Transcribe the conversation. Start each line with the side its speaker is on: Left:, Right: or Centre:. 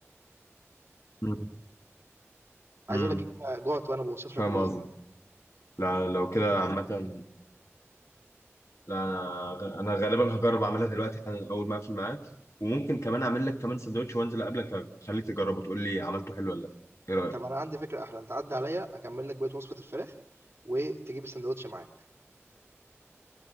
Left: امم
Right: عايز
Left: امم
Right: أقول لك إن أنا جُعت وأنا باوصف
Left: فاهم
Right: لك الوصفة.
Left: قصدك لا لو كده عامة لا انا انا غالبا هجرب اعملها دلوقتي حالا اول ما اقفل معاك وممكن كمان اعمل لك كمان سندوتش وانزل اقابلك اخليك تجربه وتقول لي عملته حلو ولا لا ايه رايك
Right: طب أنا عندي فكرة أحلى، أنت عدّي عليَّ أكمّل لك بقية وصفة الفراخ وتجيب الساندوتش معاك،